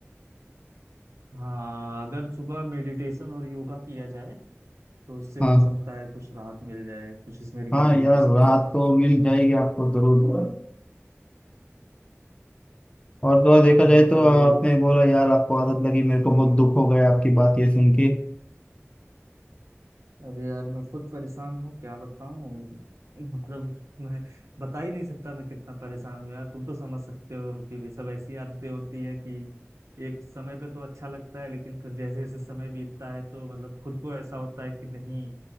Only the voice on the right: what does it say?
हाँ अगर सुबह मेडिटेशन और योगा किया जाए तो उससे
हो सकता है कुछ राहत मिल जाए कुछ इसमें रिकवरी
हो सके
हाँ
पर
अरे यार मैं खुद परेशान हूँ क्या बताऊँ मतलब मैं बता ही नहीं सकता मैं कितना परेशान हूँ यार तुम तो समझ सकते हो कि भी सब ऐसी आदतें होती हैं कि एक समय पे तो अच्छा लगता है लेकिन फिर जैसे जैसे समय बीतता है तो मतलब खुद को ऐसा होता है कि नहीं